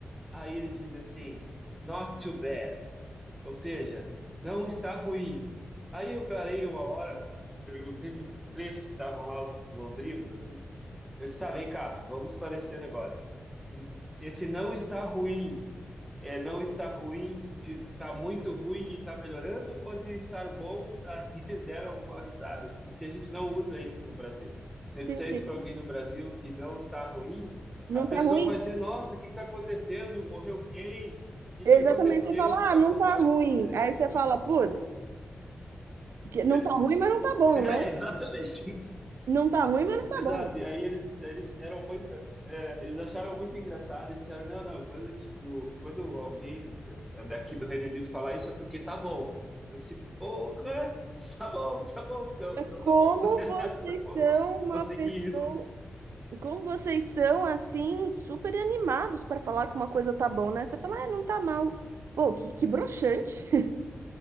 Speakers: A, in the centre; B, on the right (about 80°).
A: Aí ele diz assim, not too bad. Ou seja, não está ruim. Aí eu parei uma hora, perguntei para os três que estavam lá, os londrinos, assim. Eu disse, tá, vem cá, vamos esclarecer o negócio. Esse não está ruim é não está ruim, de está muito ruim e está melhorando, ou de estar bom, <laughs> aí deram uma risada, porque a gente não usa isso no Brasil. Se eu
B: Sim,
A: disser
B: sim.
A: isso para alguém no Brasil que não está ruim,
B: Não
A: a pessoa
B: tá ruim?
A: vai dizer: Nossa, o que está acontecendo? Morreu quem? O que
B: Exatamente,
A: que aconteceu?
B: você fala,
A: Tu está
B: ah, não
A: com
B: tá
A: vários
B: ruim.
A: problemas
B: Aí você
A: e tal.
B: fala, putz, que não
A: É,
B: tá ruim, mas não tá bom,
A: <laughs>
B: né?
A: é, exatamente.
B: Não tá ruim, mas não tá
A: Exato,
B: bom.
A: e aí eles, eles deram muita, é, eles acharam muito engraçado e disseram, não, não, quando, tipo quando alguém da- daqui do Reino Unido falar isso é porque tá bom. Eu disse, porra, <laughs> tá bom, tá bom, então,
B: É
A: então
B: Como
A: tá bom. <laughs>
B: vocês
A: Tá bom,
B: são uma
A: vou seguir
B: pessoa.
A: isso.
B: Como vocês são assim, super animados para falar que uma coisa tá bom, né? Você fala, ah, não tá mal. Pô, que, que broxante.